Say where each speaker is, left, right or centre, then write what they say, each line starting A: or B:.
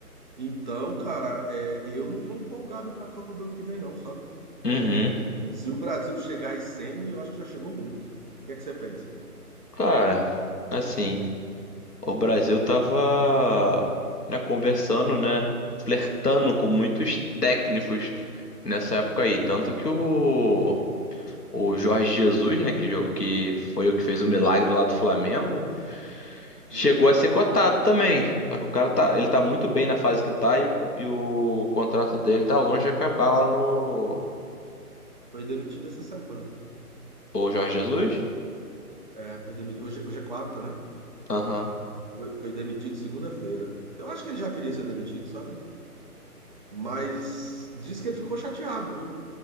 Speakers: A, on the right (about 30°); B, on the left (about 85°).
A: Então, cara, é, eu não estou empolgado para a Copa do ano que vem, não, sabe?
B: Uhum.
A: É, se o Brasil chegar em semi, eu acho que já chegou muito. O que é que você pensa?
B: Cara, assim, o Brasil tava, né, conversando, né, flertando com
A: Hum.
B: muitos técnicos nessa época aí. Tanto que o, o Jorge Jesus, né, que, jo- que foi o que fez o milagre lá do Flamengo, chegou
A: Isso.
B: a ser cotado também. Só que o cara tá, ele tá muito bem na fase que tá e o, con- e o contrato dele tá longe de acabar lá no.
A: Foi demitido essa semana.
B: O Jorge Jesus?
A: É, foi demitido. Hoje, é, hoje é quarta, né?
B: Aham,
A: Foi, foi demitido segunda-feira. Eu acho que ele já queria ser demitido, sabe? Mas diz que ele ficou chateado, viu?